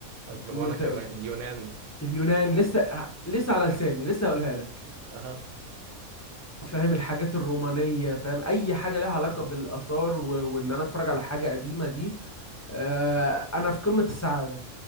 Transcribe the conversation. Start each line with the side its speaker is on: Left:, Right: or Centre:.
Right: طب وانا
Left: وت...
Right: كمان اليونان
Left: اليونان لسه لسه على لساني لسه هقولها لك
Right: اه
Left: فاهم الحاجات الرومانية فاهم أي حاجة لها علاقة
Right: مم.
Left: بالآثار و... وإن أنا أتفرج على حاجة قديمة دي آه أنا في قمة السعادة